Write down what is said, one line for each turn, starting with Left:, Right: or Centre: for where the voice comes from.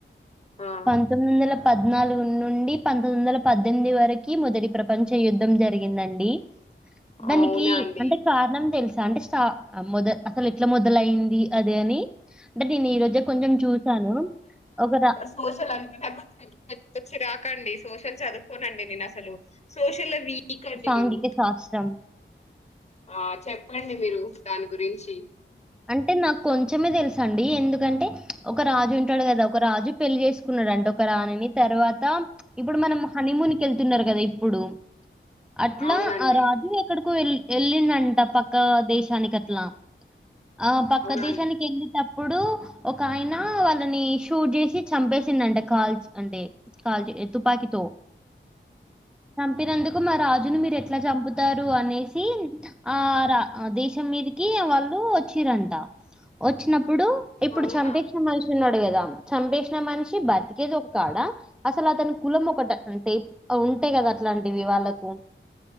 Left: ఆ
Centre: పంతొమ్మిది వందల పద్నాలుగు ను నుండి పంతొమ్మిది వందల పద్దెనిమిది వరకి మొదటి ప్రపంచ యుద్ధం జరిగిందండి దానికి
Left: అవునా అండి
Centre: అంటే కారణం తెలుసు అంటే స్ట మొదల్ అసలు ఎట్లా మొదలయింది. అది అని అంటే నేను ఈరోజే కొంచెం చూసాను. ఒకర
Left: పూసలంతా తే తేచ్ తెచ్చి రాకండి. సోషల్ చదువుకోనండి నేను అసలు సోషల్ల వీక్ అండి
Centre: సాంఘిక
Left: నేను
Centre: శాస్త్రం
Left: ఆ చెప్పండి మీరు దాని గురించి
Centre: అంటే నాకు కొంచమే తెలుస్అండి ఎందుకంటే ఒక రాజు ఉంటడు కదా ఒక రాజు పెళ్లి చేసుకున్నాడంటా ఒక రానిని తర్వాత ఇప్పుడు మనం హనీమూన్కి వెళ్తున్నరు. కదా ఇప్పుడు అట్లా
Left: అవునండి
Centre: ఆ రాజు ఎక్కడికో కు ఎల్ వెళ్లిడంట పక్క దేశానికి అట్లా ఆ పక్క
Left: అవునండి
Centre: దేశానికి వెళ్ళి టప్ ఇప్పుడు ఒక ఆయన వాళ్ళని షూట్ జేసి చంపేసిండంట అంటే కాల్చి అంటే కాల్చి ఎతూ తూపాకి తో మీరు అందుకు మా రాజును మీరు ఎట్లా చంపుతారు. అనేసి ఆ రా ఆ దేశం మీదికి వాల్ ప్పు వచ్చిరంట వచ్చినప్పు ఇప్పుడు ఇప్పుడు
Left: అవునా
Centre: చంపేష్ణ మనిషి చున్నాడు కదా చంపేషిన మనిషి
Left: ఆ,
Centre: బతికేది ఒకాడ అసలు అతని కులం ఒకటి ట అంటే ఉంటే కదా అట్లాంటివి వాళ్ళకు